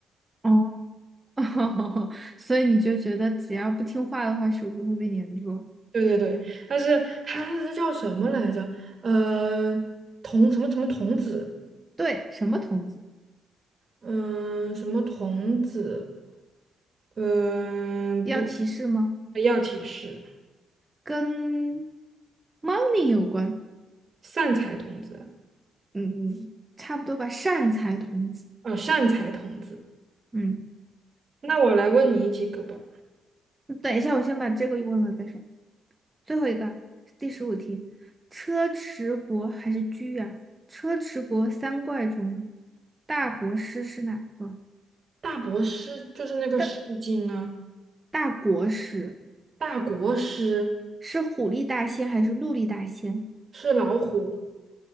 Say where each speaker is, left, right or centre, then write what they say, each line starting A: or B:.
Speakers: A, on the right; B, on the right.
A: 哦，<laughs> 所以你就觉得只要不听话的话，手就会被粘住。
B: 对对对，但是他是叫什么来着？呃，童什么什么童子，
A: 对，什么童子？
B: 嗯、什么童子，嗯、
A: 要提示吗？
B: 不，要提示，
A: 跟 money 有关。
B: 善财童子，
A: 嗯嗯，差不多吧。善财童子。
B: 啊、善财童子。
A: 嗯，
B: 那我来问你几个吧。
A: 等一下，我先把这个问了再说。最后一个，第十五题，车迟国还是居啊？车迟国三怪中，大国师是哪个？
B: 大国师就是那个《诗经》啊，
A: 大大国师
B: 大国师
A: 是虎力大仙还是鹿力大仙？
B: 是老虎，